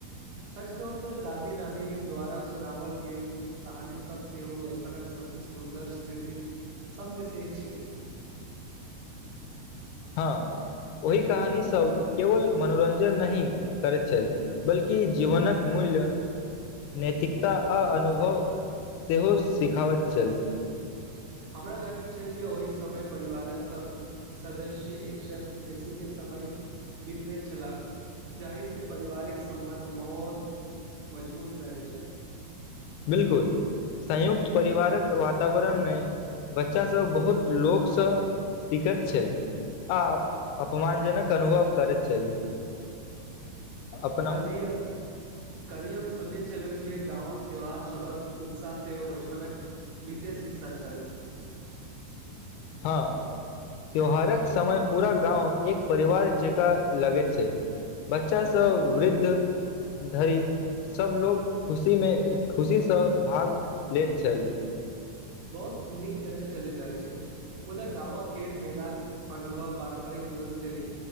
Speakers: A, on the right (about 80°); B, on the left (about 85°).
A: सच कहू तऽ दादी नानी द्वारा सुनावल गेल कहानी सब सेओ बचपनक सबसँ सुन्दर स्मृति सबमे से एक छे
B: हँ ओहि कहानीसब केवल मनोरञ्जन नहि करैत छल बल्कि जीवनक मूल मुूल्य नैतिकता आ अनुभव सेहो सिखाबैत छल
A: हमरा लागैत छै जे ओहि समय परिवारक सब सदस्य एक साल बेसी के समय बितबैत छला जाहिसँ पारिवारिक सम्बन्ध बहुत मजबूत रहै छल
B: बिलकुल संयुक्त परिवारक वातावरणमे बच्चा सब बहुत लोकसँ सीखैत छल आ अपमानजनक अनुभव करैत छल
A: <inaudible>
B: अपना
A: कली हम कली हम सोचैत छलहुँ जे गांवक त्यौहार सभक उत्साह सेहो ओ बचपनक विशेष हिस्सा छल <inaudible>
B: हँ त्यौहारक समय पूरा गाँव एक परिवार जकाँ लगैत छै बच्चा सँ वृद्ध धरि सभ लोक खुशी मे खुशी सँ भाग लैत छल
A: बहुत नीक चर्चा चलि रहल छै मुदा गाँवक खेल मेल अनुभव पारम्परिक जीवनशैल